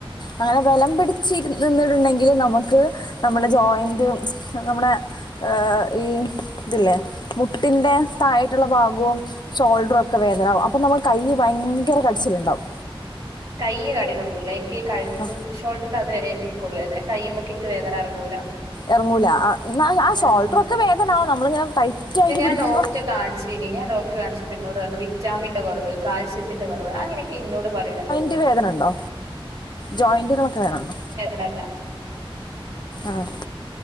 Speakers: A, on the left; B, on the right.
A: അങ്ങനെ ബലം പിടിച്ചിരിനിന്നിട്ട്ണ്ടെങ്കി നമക്ക് നമ്മടെ ജോയിന്റ് നമ്മടെ അ‌് ഈ ഇതില്ലേ മുട്ടിൻ്റെ താഴെ മറ്റുള്ള ഭാഗവും ഷോൾഡറുക്കെ വേദനാകും അപ്പ നമ്മളെ കയ്യ്ഭയങ്കര കടിച്ചിലുണ്ടാവും.
B: കയ്യ് കടീണൊന്നുല്ല എനിക്ക് കഴുത്തും
A: ആ,
B: ഷോൾഡറിന്റെ അവിടെ വരെ ക്കൊള്ളു കയ്യുമ്മക്ക് ഇൻക്ക് വേദന ഇറങ്ങൂല
A: എറങ്ങൂല ആ എന്നാ ആ
B: ആഹ്.
A: ഷോൾഡർ ഒക്കെ വേദനാവും നമ്മളിങ്ങനെ ടൈറ്റ്
B: പക്ഷെ
A: ആയിട്ട്
B: ഞാൻ
A: പിടിക്കുമ്പോ
B: ഡോക്ടറെ കാണിച്ചിനി ഞാൻ ഡോക്ടർ കാണിച്ചപ്പോ ഇന്നോട് പറഞ്ഞു വിറ്റാമിന്റെ കുറവ് കാൽസ്യത്തിന്റെ കുറവ് അങ്ങനെയൊക്കെയാ ഇന്നോട് പറീണത്
A: മുട്ടിന് വേദന ഉണ്ടോ ജോയിന്റുകളൊക്കെ വേദന ഉണ്ടോ
B: ല്ലല്ല
A: ആഹ